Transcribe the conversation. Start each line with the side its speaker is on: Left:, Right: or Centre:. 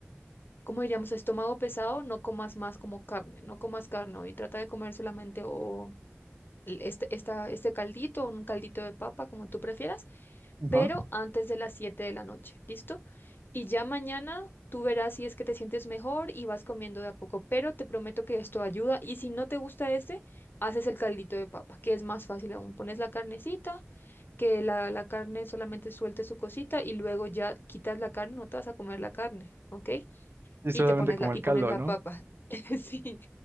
Left: ¿cómo diríamos? Estómago pesado, no comas más como carne, no comas carne hoy, trata de comer solamente o el- este, esta, este caldito o un caldito de papa, como tú prefieras
Right: ajá.
Left: pero antes de las 7 de la noche, ¿listo? Y ya mañana tú verás si es que te sientes mejor y vas comiendo de a poco, pero te prometo que esto ayuda y si no te gusta este, haces el caldito de papa, que es más fácil aún. Pones la carnecita, que la, la carne solamente suelte su cosita y luego ya quitas la carne, no te vas a comer la carne, ¿ok?
Right: Y
Left: Y
Right: solamente
Left: te pones
Right: como
Left: la, y
Right: el caldo,
Left: pones la
Right: ¿no?
Left: papa. <laughs> Sí.